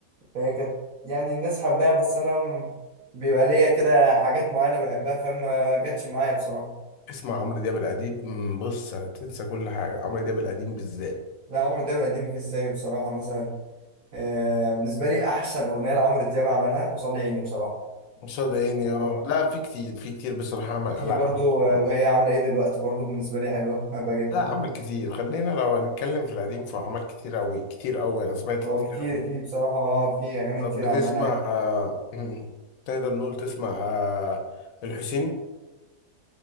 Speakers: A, on the right; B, on the left.
A: فهي كانت يعني الناس حباها بس انا م- بيبقى ليا كده حاجات معينه بحبها فاهم ما جاتش معايا بصراحه
B: اسمع عمرو دياب القديم مم، بص هتنسى كل حاجة عمرو دياب القديم بالذات
A: لا عمرو دياب القديم مفيش زيه بصراحه مثلا آه يعني بالنسبه لي احسن اغنيه لعمرو دياب عملها قصاد عيني بصراحه
B: صدقني
A: وفي
B: اه لا في كتير في كتير بصراحة عمل
A: برضو
B: لا عمل كتير
A: آه، وهي عامله ايه دلوقتي برضو بالنسبه لي حلوه بحبها جدا
B: لا عمل كتير خلينا لو هنتكلم في القديم فهو عمل كتير أوي كتير أوي أنا سمعت
A: هو
B: كتير
A: كتير
B: أوي
A: في بصراحه اه في اغاني
B: طب
A: كتير
B: بتسمع
A: عملها
B: آه، <clears throat> تقدر نقول تسمع آه، الحسيني